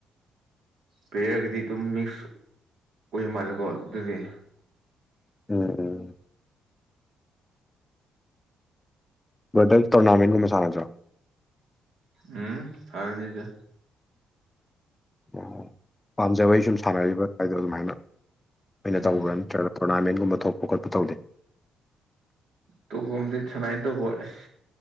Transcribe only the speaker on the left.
ꯎꯝ ꯎꯝ ꯕꯗꯔ ꯇꯣꯔꯅꯥꯃꯦꯟꯒꯨꯝꯕ ꯁꯥꯟꯅꯗ꯭ꯔꯣ
ꯑꯣ ꯄꯥꯝꯖꯕꯩ ꯁꯨꯝ ꯁꯥꯟꯅꯔꯤꯕ ꯍꯥꯢꯗꯣ ꯑꯗꯨꯃꯥꯏꯅ ꯑꯣꯏꯅ
ꯇꯧꯕ꯭ꯔꯥ ꯅꯠꯇ꯭ꯔꯒ ꯇꯣꯔꯅꯥꯃꯦꯟꯒꯨꯝꯕ ꯊꯣꯛꯄ ꯈꯣꯠꯄ ꯇꯧꯗꯦ